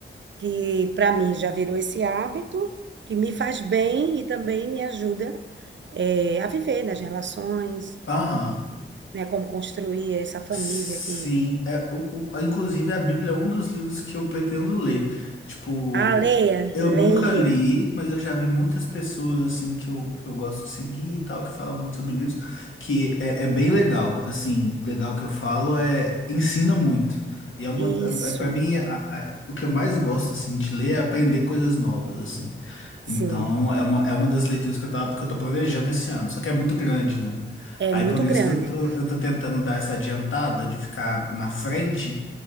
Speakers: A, on the right (about 60°); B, on the left (about 70°).
A: que para mim já virou esse hábito que me faz bem e também me ajuda eh, a viver nas relações,
B: Aham.
A: né? Como construir essa família
B: Sim,
A: que
B: é, o, o- inclusive a Bíblia é um dos livros que eu pretendo ler. Tipo,
A: ah, leia,
B: eu nunca
A: leia
B: li, mas eu já vi muitas pessoas assim que eu, que eu gosto de seguir e tal, que falam muito sobre livros, que é, é bem legal. Assim, legal que eu falo é ensina muito. E é uma,
A: isso,
B: é, para mim, a- a- o que eu mais gosto assim de ler é aprender coisas novas, assim.
A: sim,
B: Então, é uma, é uma das leituras que eu tava, que eu tô planejando esse ano, só que é muito grande, né?
A: é
B: Aí
A: muito
B: por isso
A: grande.
B: que eu tô, eu tô tentando dar essa adiantada de ficar na frente